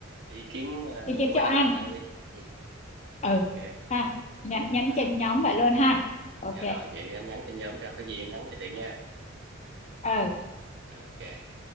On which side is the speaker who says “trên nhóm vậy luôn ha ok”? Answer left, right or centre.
Left